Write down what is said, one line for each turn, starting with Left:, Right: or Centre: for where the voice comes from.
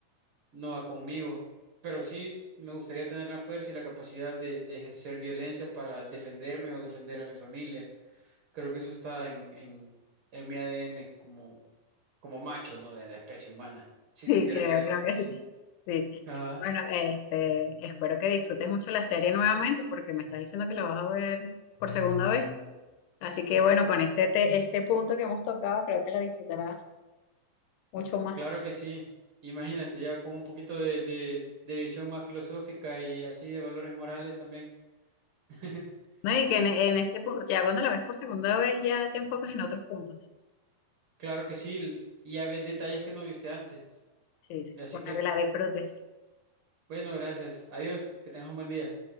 Right: no va conmigo. Pero sí me gustaría tener la fuerza y la capacidad de, de ejercer violencia para defenderme o defender a mi familia. Creo que eso está en, en, en mi ADN como, como macho, ¿no? De la especie humana, <laughs> si
Left: Sí,
Right: lo quieres
Left: creo,
Right: ver así.
Left: creo que sí. Sí.
Right: Ajá,
Left: Bueno, este, espero que disfrutes mucho la serie nuevamente porque me estás diciendo que la vas a ver por segunda vez. Así que bueno, con este, te- este punto que hemos tocado, creo que la disfrutarás mucho más.
Right: claro que sí. Imagínate, ya con un poquito de, de de visión más filosófica y así de valores morales también. <laughs>
Left: No, y que en, en este punto, ya cuando la ves por segunda vez, ya te enfocas en otros puntos.
Right: Claro que sí, y ya ves detalles que no viste antes.
Left: Sí, sí.
Right: Así
Left: Bueno,
Right: que,
Left: que la disfrutes.
Right: bueno, gracias. Adiós, que tengas un buen día.